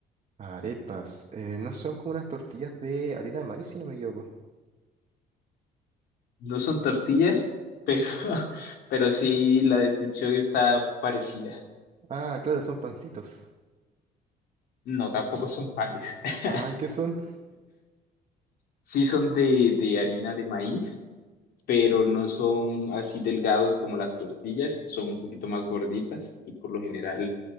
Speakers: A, on the right; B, on the left.
A: Arepas, Eh, no son como unas tortillas de harina de maíz si no me equivoco.
B: No son tortillas, pero, <laughs> pero sí la descripción está parecida.
A: Ah, claro, son pancitos.
B: No, tampoco son panes. <laughs>
A: Ay, ¿qué son?
B: Sí son de, de harina de maíz, pero no son así delgados como las tortillas, son un poquito más gorditas y por lo general